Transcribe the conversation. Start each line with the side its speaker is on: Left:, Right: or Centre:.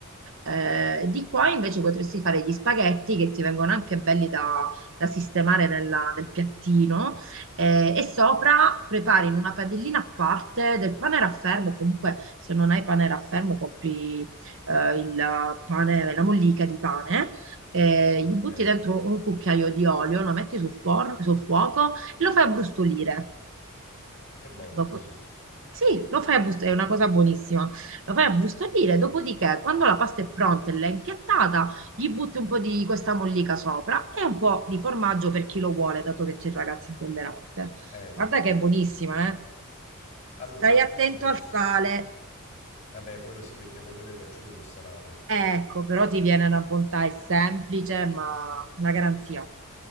Right: Eh, di qua invece potresti fare gli spaghetti che ti vengono anche belli da, da sistemare nella- nel piattino eh, e sopra prepari in una padellina a parte del pane raffermo, comunque se non hai pane raffermo compri eh, il pane, la mollica di pane, eh,
Left: Ok.
Right: gli butti dentro un cucchiaio di olio, lo metti sul, forno- sul fuoco e lo fai abbrustolire.
Left: È buono
Right: Dopo...
Left: così.
Right: Sì, lo fai a brustolire, è una cosa buonissima. Lo fai a brustolire, dopodiché, quando la pasta è pronta e l'hai impiattata, gli butti un po' di questa mollica sopra e un po' di formaggio per chi lo vuole, dato che c'è il ragazzo intollerante.
Left: Eh, esatto.
Right: Guarda che è buonissima, eh?
Left: Allora,
Right: Stai attento
Left: questi me li
Right: al
Left: sono...
Right: sale.
Left: Vabbè, quello sì, perché poi quelle delle acciughe sono salate.
Right: Ecco, però ti viene una bontà, è semplice, ma una garanzia.